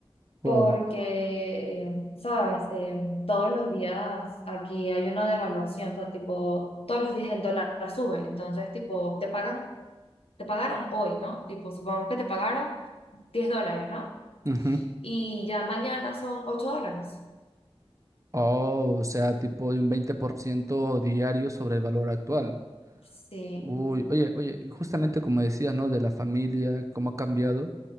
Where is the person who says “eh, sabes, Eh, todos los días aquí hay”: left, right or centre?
Left